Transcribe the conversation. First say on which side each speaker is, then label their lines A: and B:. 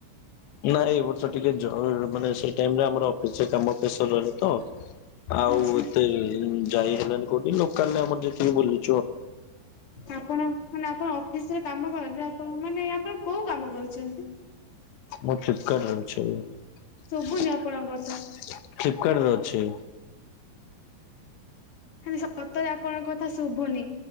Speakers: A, on the left; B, on the left.
A: ନାଇଁ ଏଇ ବର୍ଷ ଟିକେ ଜରୁରୀ ମାନେ ସେଇ ଟାଇମ୍ ରେ ଆମର ଅଫିସରେ କାମ ପ୍ରେସର ରହିଲା ତ। ଆଉ
B: ଆଚ୍ଛା
A: ଏତେ ଯାଇ ହେଲାନି କୋଉଠି ଲୋକାଲରେ ଆମର ଯେତିକି ବୁଲିଲୁ।
B: ଆପଣ ମାନେ ଆପଣ ଅଫିସରେ କାମ କରନ୍ତି ଆପଣ ମାନେ ଆପ୍ ପଣ କୋଉ କାମ କରୁଚନ୍ତି?
A: ମୁଁ ଫ୍ଲିପକାରଟରେ ଅଛି ଏବେ।
B: ଶୁଭୁନି ଆପଣଙ୍କ କଥା
A: ଫ୍ଲିପକାର୍ଟରେ ଅଛି।
B: ମାନେ ସତରେ ଆପଣଙ୍କ କଥା ଶୁଭୁନି।